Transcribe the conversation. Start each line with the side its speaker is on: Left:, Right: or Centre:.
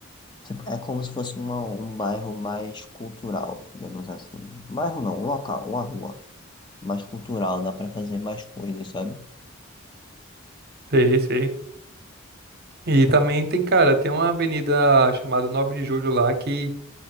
Left: tipo, É como se fosse uma, um bairro mais cultural, digamos assim. Bairro não, um local, uma rua mais cultural, dá pra fazer mais coisas, sabe?
Right: Sei, sei. E também tem, cara, tem uma avenida chamada 9 de Julho lá que